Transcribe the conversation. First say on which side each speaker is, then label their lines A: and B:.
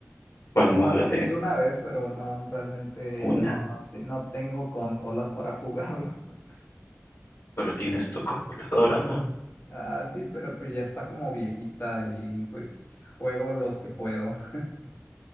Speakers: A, on the left; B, on the left.
A: ¿Cuál
B: Nomás
A: modo
B: lo
A: de
B: jugué una vez, pero no, realmente
A: una?
B: no, no, te- no tengo consolas para jugarlo. <laughs>
A: Pero tienes tu computadora, ¿no?
B: Ah, sí, pero pues ya está como viejita y pues juego los que puedo. <laughs>